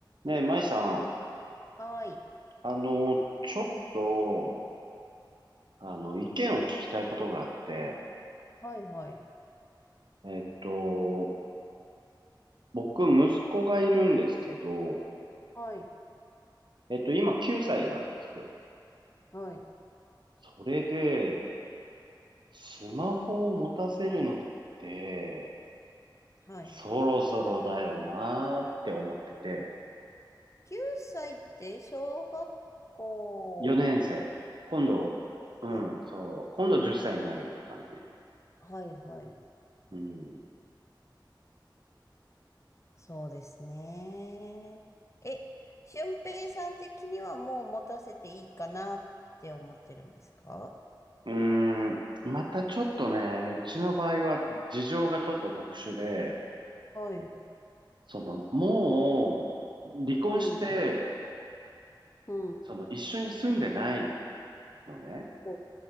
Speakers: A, on the right (about 70°); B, on the left (about 35°).
A: ねえ、舞さん、
B: はい。
A: あの、ちょっと、あの、意見を聞きたいことがあって、
B: はい、はい。
A: えっと、僕、息子がいるんですけど、
B: はい、
A: えっと、今9歳なんですよ。
B: はい、
A: それで、スマホを持たせるのって、
B: はい。
A: そろそろだよなーって思ってて、
B: 9歳って小学校
A: 4年生。今度、
B: よね年生。
A: うん、そう、今度10歳になるって感じ。
B: はい、はい。
A: うん。
B: そうですね。え、俊平さん的にはもう持たせていいかなって思ってるんですか
A: うーん、またちょっとね、うちの場合は事情がちょっと特殊で、
B: はい。
A: その、もう、離婚して、
B: うん、うん。
A: その、一緒に住んでないのね、
B: こ、